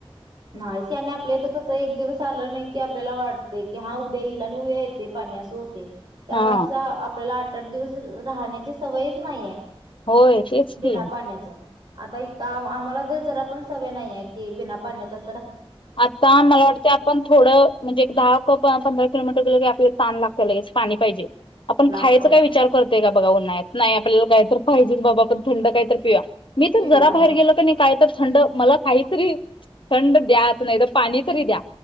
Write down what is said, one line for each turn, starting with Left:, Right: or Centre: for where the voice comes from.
Right: नाहीस आपल्या तर कसं एक दिवस आलं नाही की आपल्याला वाट ते क हा उद्या येईल आणि उद्या येते पाण्यास होत त्यामुळेच
Left: हा
Right: आपल्या आठ आठ दिवस राहण्याची सवयच नाहीये
Left: होय तेचतील
Right: बिना पाण्याचं आता हित आम्हाला तर जरा पण सवय नाही ये का बिना पाण्यात अ
Left: आता मला वाटतंय आपण थोडं म्हणजे एक दहा प प पंधरा किलोमीटर गेलं की आपल् तान लागतीया लगेच पाणी पाहिजे. आपण
Right: लागत्या
Left: खायचं काय
Right: लाग
Left: विचार करतय का बघा उन नाय, नाय आपल्याला काय तरी पाहिजेच बाबा आपण थंड कायतरी पिऊया. मी तर
Right: पिऊया
Left: जरा
Right: हो
Left: बाहेर गेलो क नाय काय तर थंड, मला काहीतरी थंड द्याच. नाय तर पाणी तरी द्या.